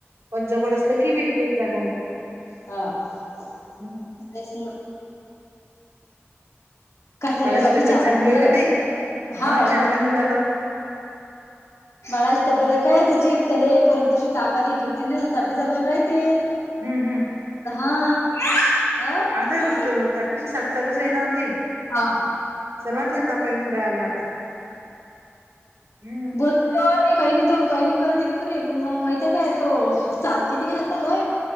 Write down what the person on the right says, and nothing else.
पण जवळ असलं की वेगवेग जणं होत.
हम्म
बाळाची
तब्येत
चांगली
आहे होती
चहा पाणी झालं
हम्म हम्.
आता
तापीची साथ चालूच आहे नाओ ताई.
सर्वांना च ताप येऊ राहिला आता हम्म.